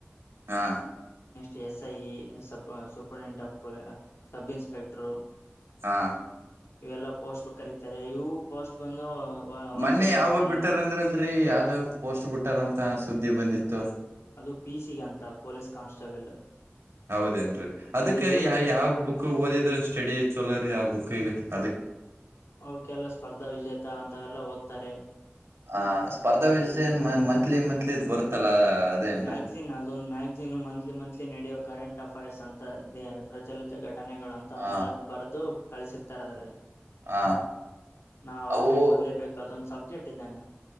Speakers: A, on the right; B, on the left.
A: ಹಾ
B: ನೆಕ್ಸ್ಟ್ ಎಸ್ ಐಇ ಸ ಸೂಪರ್ ಡೆಂಟ್ ಆಫ್ ಸಬ್ಇನ್ಸ್ಪೆಕ್ಟರ್
A: ಹಾ
B: ಇವೆಲ್ಲಾ ಪೋಸ್ಟ್ ಕರೀತಾರೆ ಇವು ಪೋಸ್ಟ್ ಬಂದು ವರ್ಷಕ್
A: ಮೊನ್ನೆ ಯಾವಾಗ್
B: ಒಂದ್ಸಲ
A: ಬಿಟ್ಟಾರಂದ್ರಲ್ರರಿ ಯಾವ್ದಾವ್ ಪೋಸ್ಟ್ ಬಿಟ್ಟಾರಂತ ಸುದ್ದಿ ಬಂದಿತ್ತು
B: ಅದು ಪಿ ಸಿ ಗೆ ಅಂತ ಪೊಲೀಸ್ ಕಾನ್ಸ್ಟೇಬಲ್
A: ಹೌದೇನ್ರರಿ ಅದಕ್ಕೆ
B: ಆದ್ರೆ ಇವ್ರು
A: ಯಾವ್ ಬುಕ್ ಓದಿದ್ರ ಸ್ಟಡಿ ಚಲೋರೀಆ ಬುಕ್ಕಿಗೆ ಈಗ
B: ಅವಕೆಲ್ಲ ಸ್ಪರ್ಧಾ ವಿಜೇತ ಅಂತವೆಲ್ಲ ಓದ್ತಾರೆ
A: ಹ ಸ್ಪರ್ಧಾ
B: ಎಲ್
A: ಏನ್ ಏನ್ ಮಂತ್ಲಿ ಮಂತ್ಲಿದ್ ಬರುತ್ತಲ್ಲ ಅದೇನ್ರಿ
B: ಮ್ಯಾಗ್ಸಿನ್ ಅದು ಒಂದು ಮ್ಯಾಗ್ಸಿನು ಮಂತ್ಲಿ ಮಂತ್ಲಿ ನಡೆಯುವ ಕರೆಂಟ್ ಅಫೈರ್ಸ್ ಅಂತ ಪ್ರಚಲಿತ ಗಟ್ಟ ಘಟನೆಗಳು ಅಂತವನೆಲ್ಲ
A: ಹ
B: ಬರೆದು ಕಳಸಿರ್ತಾರೆ ಅದರಲ್ಲಿ
A: ಹ
B: ನಾವ
A: ಅವು
B: ಅದನ್ನು ಓದ್ಲೇಬೇಕು ಅದೊಂದು ಸಬ್ಜೆಕ್ಟ್ ಇದ್ದಂಗ